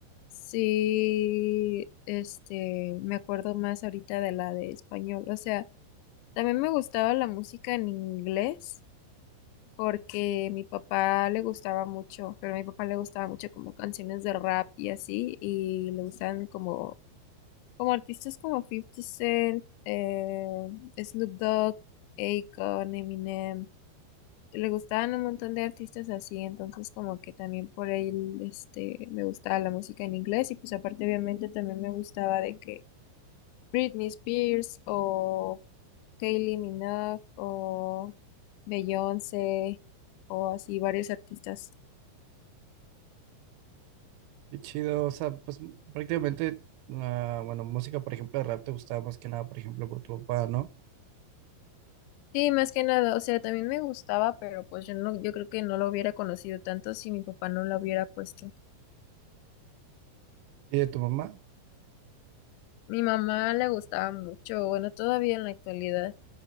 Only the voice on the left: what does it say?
sí, este, me acuerdo más ahorita de la de español, o sea, también me gustaba la música en inglés porque mi papá le gustaba mucho, pero a mi papá le gustaba mucho como canciones de rap y así, y le gustan como, como artistas como Fifty Cent, eh, Snoop Dogg, Akon, Eminem. Le gustaban un montón de artistas así, entonces como que también por él, este, me gustaba la música en inglés y pues aparte obviamente también me gustaba de que Britney Spears o Kylie Minogue o Beyoncé o así varios artistas.
Sí, más que nada, o sea, también me gustaba, pero pues yo no, yo creo que no lo hubiera conocido tanto si mi papá no lo hubiera puesto.
Mi mamá le gustaba mucho, bueno, todavía en la actualidad